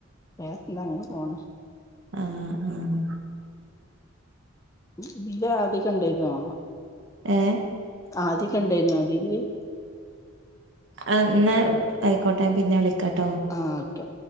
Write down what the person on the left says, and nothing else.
എന്ത അങ്ങനെ പോണ
ഇതിലെ ആദ്യക്കെ ഇണ്ടായ്ന്നോ
ആദ്യക്കെ ണ്ടായിരുന്നു അതില്
ആഹ് ഓക്കെ